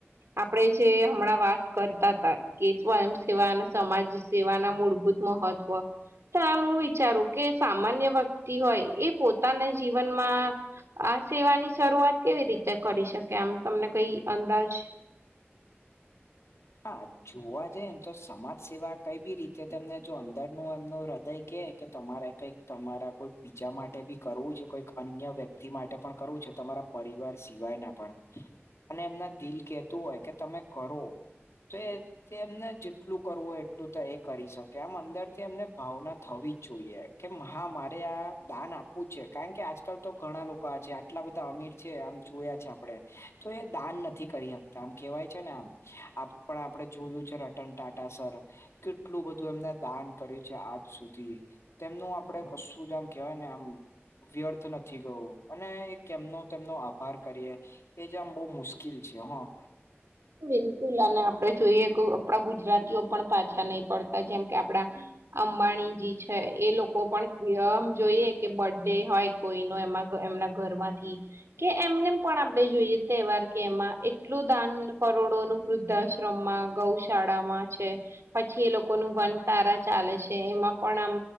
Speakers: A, on the right (about 80°); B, on the left (about 85°).
A: આપડે જે હમણાં વાત કરતાં તા કે શું આમ સમાજ સેવાના મૂળભૂત મહત્વ, તો એમ હું વિચારું કે સામાન્ય વક્તિ હોય એ પોતાના જીવનમાં આ સેવાની શરૂઆત કેવી રીતે કરી શકે આમ તમને કઈ અંદાજ?
B: હા જોવા જયેને તો સમાજ સેવા કઈ બી રીતે તમને જો અંદરનું એમનું હૃદય કે કે તમારે કંઈક તમારા કોઈ બીજા માટે બી કરવું છે કોઈક અન્ય વ્યક્તિ માટે પણ કરવું છે તમારાં પરિવાર સિવાયના પણ અને એમના દિલ કેતું હોય કે તમે કરો. તો એ તે એમને જેટલું કરવું હોય એટલું તો એ કરી શકે આમ અંદરથી એમને ભાવના થવી જ જોઈએ. કે હા મારે આ દાન આપવું છે કારણ કે આજકાલ તો ઘણા લોકો આ છે આટલા બધાં અમીર છે આમ જોયા છે આપડે તો એ દાન નથી કરી હકતા આમ કેવાય છે ને આમ આ પણ આપડે જોયું છે રટન ટાટા સર. કેટલું બધું એમણે દાન કર્યું છે આજ સુધી. તેમનું આપડે કશું જ આમ કેવાય ને આમ વ્યર્થ નથી ગયું અને એક કેમનો તેમનો આભાર કરીએ. એજ આમ બઉ મુશ્કેલ છે હા.
A: બિલકુલ અને આપણે જોઈએ કે આપણા ગુજરાતીઓ પણ પાછા નહીં પડતાં જેમ કે આપડા અંબાણીજી છે એ લોકો પણ ધ જોઈએ કે બડે હોય. કોઈનો એમાં એમનાં ઘરમાંથી કે એમને પણ આપણે જોઈએ તહેવાર કે એમાં એટલું દાન લ કરોડો નું વૃદ્ધાશ્રમમાં ગૌશાળામાં છે. પછી એ લોકો ન વન તારા ચાલે છે એમાં પણ આમ